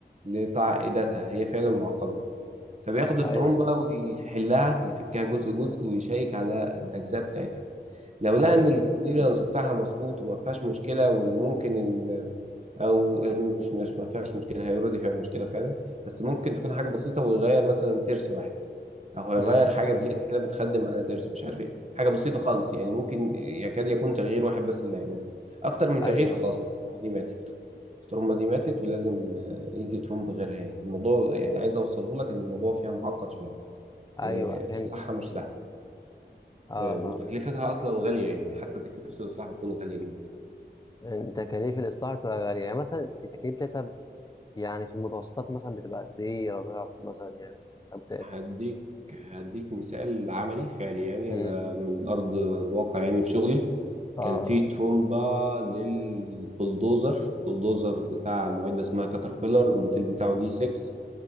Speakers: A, on the right; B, on the left.
A: لتعقيداتها هي فعلا معقدة فبياخد الترمبة
B: ايوه
A: ويحلها يفكها جزء جزء ويشيك على الأجزاء بتاعتها لو لقى
B: ايوه
A: إن الكليرنس بتاعها مظبوط وما فيهاش مشكلة وإن ممكن او مش مش ما فيهاش مشكله هي اوريدي فيها مشكله فعلا بس ممكن تكون حاجه بسيطه ويغير مثلا ترس واحد او هيغير
B: امم
A: حاجه بليت كده بتخدم على ترس مش عارف ايه حاجه بسيطه خالص يعني ممكن يكاد يكون تغيير واحد بس اللي هيعمله اكتر من
B: ايوه
A: تغيير خلاص الترومبه دي ماتت الترومبه دي ماتت ولازم آه، يجي ترومب غيرها يعني الموضوع يعني عايز اوصله لك ان الموضوع فيها معقد شويه
B: ايوه
A: آه،
B: فهمتك
A: اصلاحها مش
B: مم.
A: سهل
B: اه
A: آه، وتكلفتها
B: اه
A: اصلا غاليه يعني حتى تكلفه الاصلاح بتكون غاليه جدا
B: إن تكاليف الاصلاح بتبقى غاليه يعني مثلا التكاليف بتاعتها يعني في المتوسطات مثلا بتبقى قد ايه لو تعرف مثلا يعني الامتحانات بتاعتها
A: هديك
B: يعني.
A: هديك مثال عملي فعلي يعني
B: امم
A: انا من ارض الواقع يعني في شغلي
B: اه
A: كان في ترومبا للبلدوزر بلدوزر بتاع معدة اسمها كاتربيلر الموديل بتاعه دي 6